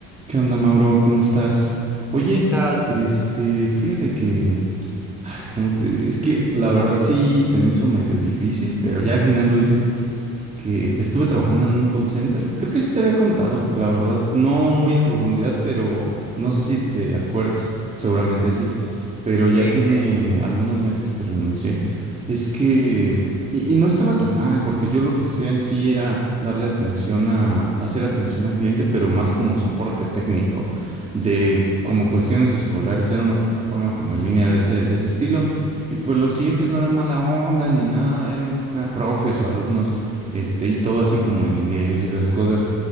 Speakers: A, on the right; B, in the centre.
A: ¿Qué onda, Mauro? ¿Cómo estás? Oye,
B: ¿Qué tal?
A: este, fíjate que, ay, ¿cómo te diré? Es que la verdad sí se me hizo medio difícil, pero ya al final lo hice que estuve trabajando en un call center. Creo que sí te había contado, la verdad, no muy a profundidad, pero no sé si te acuerdas, seguramente sí, pero
B: Sí,
A: ya tiene
B: sí, sí.
A: algunos meses que renuncié. Es que, y, y no estaba tan mal, porque yo lo que hacía en sí era darle atención a, hacer atención al cliente, pero más como soporte técnico, de como cuestiones escolares, era una plataforma como en línea de ese, de ese estilo. Y pues los clientes no eran mala onda ni nada, eran más que nada profes o alumnos este, y todo así como en inglés y esas cosas.